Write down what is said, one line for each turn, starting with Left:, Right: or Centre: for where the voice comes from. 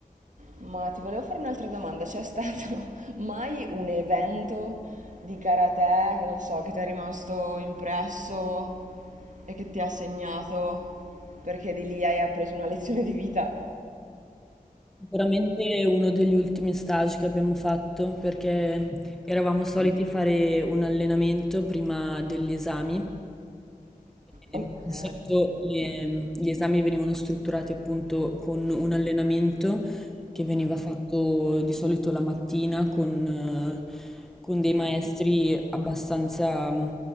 Right: Ma ti volevo fare un'altra domanda. C'è stato <laughs> mai un evento di karate che non so, che ti è rimasto impresso e che ti ha segnato perché di lì hai appreso una lezione di vita?
Centre: Sicuramente uno degli ultimi stage che abbiamo fatto perché eravamo soliti fare un allenamento prima degli esami. E
Right: Ok.
Centre: Di solito le- gli esami venivano strutturati appunto con un allenamento che veniva fatto di solito la mattina con, eh, con dei maestri abbastanza mm,